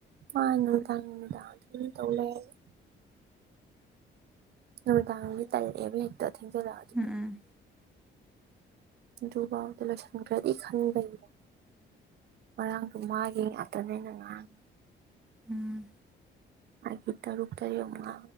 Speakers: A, on the right; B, in the centre.
A: ꯃꯥ ꯅꯨꯡꯗꯥꯡ ꯅꯨꯡꯗꯥꯡ ꯑꯗꯨꯝ ꯇꯧ ꯂꯩꯌꯦꯕ ꯅꯨꯃꯤꯗꯥꯥꯡꯗꯤ ꯇꯜꯂꯦꯕ ꯍꯦꯛꯇ ꯊꯦꯡꯖꯤꯜꯂꯛꯑꯗꯤ
B: ꯎꯝ ꯎꯝ
A: ꯑꯗꯨꯕꯥꯥꯎꯗ ꯂꯣꯏꯁꯤꯟꯈꯔꯗꯤ ꯈꯟꯕꯩꯩꯅꯦ ꯉꯔꯥꯡꯖꯨ ꯃꯥꯒꯤ ꯉꯥꯛꯇꯅꯦ ꯑꯩꯅ ꯉꯥꯡ
B: ꯎꯝ
A: ꯐꯩꯒꯤ ꯇꯔꯨꯛ ꯇꯔꯦꯠ ꯉꯥ